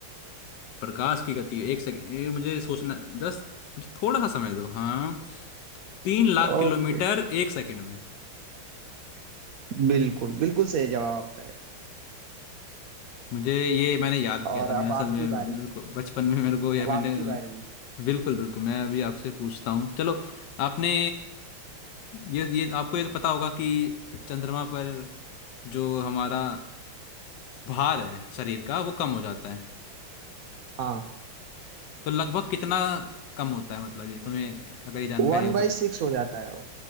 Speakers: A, on the left (about 65°); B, on the right (about 75°).
A: प्रकाश की गति एक सेकंड ये मुझे सोचना दस मुझे थोड़ा सा समय दो हाँ तीन लाख
B: ओके
A: किलोमीटर एक सेकंड में
B: बिल्कुल बिल्कुल सही जवाब आपका है
A: मुझे ये मैंने याद किया
B: और
A: था
B: अब
A: मैंने असल
B: आपकी
A: में मेरे
B: बारी
A: को बचपन में मेरे को या
B: अब
A: मैंने
B: आपकी बारी
A: बिल्कुल बिल्कुल मैं अभी आपसे पूछता हूँ चलो आपने ये ये आपको ये तो पता होगा कि चंद्रमा पर जो हमारा भार है शरीर का वो कम हो जाता है
B: हाँ
A: तो लगभग कितना कम होता है मतलब ये तुम्हें अगर ये जानकारी
B: वन
A: हो
B: बाई
A: तो
B: सिक्स हो जाता है वो